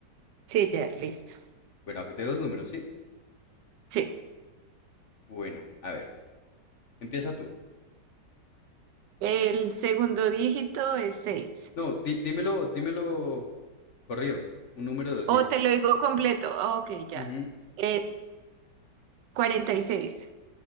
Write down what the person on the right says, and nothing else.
Sí, ya, listo.
Sí,
el segundo dígito es seis.
O
te lo digo completo. Ah, Ok, ya.
Eh, cuarenta y seis.